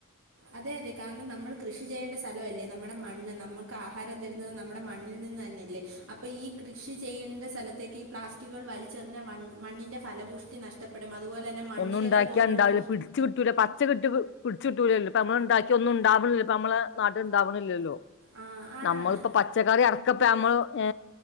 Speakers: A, on the right (about 75°); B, on the left (about 55°).
A: അതെ അതെ കാരണം നമ്മൾ കൃഷി ചെയ്യേണ്ട സ്ഥലംഅല്ലേ നമ്മുടെ മണ്ണ് നമുക്ക് ആഹാരം തരുന്നത് നമ്മുടെ മണ്ണിൽ നിന്ന് തന്നല്ലേ അപ്പോൾ ഈ കൃഷി ചെയ്യേണ്ട സ്ഥലത്തേക്ക് ഈ പ്ലാസ്റ്റിക്കുകൾ വലിച്ചെറിഞ്ഞാൽ മണ്ണിൻ്റെ ഫലപൂയ്ഷ്ടി നഷ്ടപ്പെടും അതുപോലെ തന്നെ മണ്ണിരകൾ
B: ഒന്നും ഉണ്ടാക്കിയാ
A: പോലുള്ള
B: ഉണ്ടാവില്ല പിടിച്ച് കിട്ടൂല പച്ച കിട്ട് ച്ചൂട്ടൂല്ലല്ലോ പ്പ അമ്മള് ഉണ്ടാക്കിയ ഒന്നും ഉണ്ടാവണില്ല പ്പം അമ്മള് നാട്ടീണ്ടാവണില്ലല്ലോ
A: ആ ആണാണ്
B: നമ്മളിപ്പ പച്ചക്കറി അടക്കം നമ്മൾ ഏ